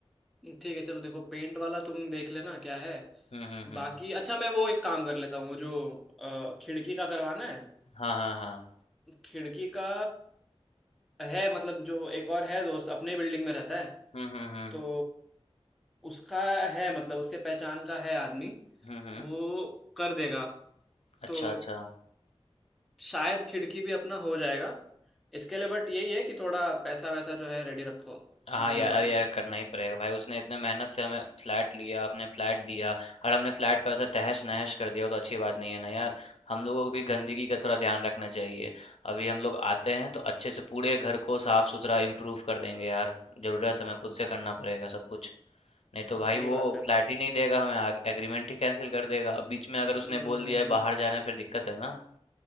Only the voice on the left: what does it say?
हम्म हम्म हम्म
हाँ हाँ हाँ
हम्म हम्म हम्म
हम्म हम्म
अच्छा
अच्छा
हाँ
यार
अरे यार करना ही पड़ेगा भाई उसने इतने मेहनत से हमें फ्लैट लिया आपने फ्लैट दिया और हमने फ्लैट का ऐसा तहस नहस कर दिया वो तो अच्छी बात नहीं है ना यार हम लोगों को भी गंदगी का थोड़ा ध्यान रखना चाहिए अभी हम लोग आते हैं तो अच्छे से पूरे घर को साफ सुथरा इम्प्रूव कर देंगे यार जरूरत हमें खुद से करना पड़ेगा सब कुछ नहीं तो भाई
वो
फ्लैट
ही नहीं देगा हमें एग्रीमेंट ही कैंसिल कर देगा अब बीच में अगर उसने
बोल दिया
है बाहर जाना है, फिर दिक्कत है ना